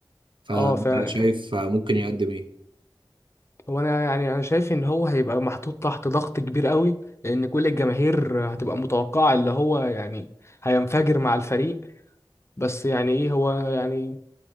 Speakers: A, on the right; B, on the left.
A: فانت
B: اه فعلا
A: شايف ممكن يقدم ايه
B: هو انا يعني انا شايف ان هو هيبقى محطوط تحت ضغط كبير قوي لان كل الجماهير هتبقى متوقعه اللي هو يعني هينفجر مع الفريق بس يعني ايه هو يعني